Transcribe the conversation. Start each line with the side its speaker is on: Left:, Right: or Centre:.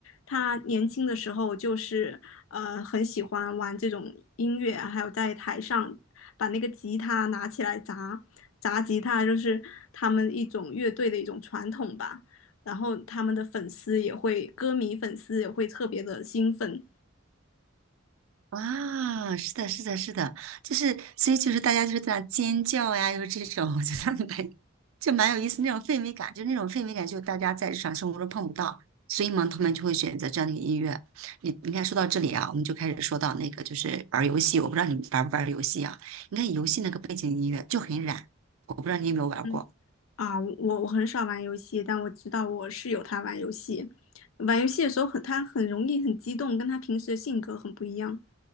Left: 他年轻的时候就是呃很喜欢玩这种音乐啊还有在台上把那个吉他拿起来砸，砸吉他就是他们一种乐队的一种传统吧。然后他们的粉丝也会，歌迷粉丝也会特别的兴奋。
Right: 哇，是的，是的，是的，就是所以就是大家就是在那尖叫呀，又是这种，<laughs> 就得蛮就蛮有意思那种氛围感，就那种氛围感，就大家在日常生活中碰不到，所以嘛，他们就会选择这样的一个音乐。你你看，说到这里啊，我们就开始说到那个就是玩儿游戏，我不知道你玩不玩儿游戏啊？你看游戏那个背景音乐就很燃，我不知道你有没有玩过。
Left: 嗯啊，我我很少玩游戏，但我知道我室友他玩游戏，玩游戏的时候很他很容易很激动，跟他平时的性格很不一样。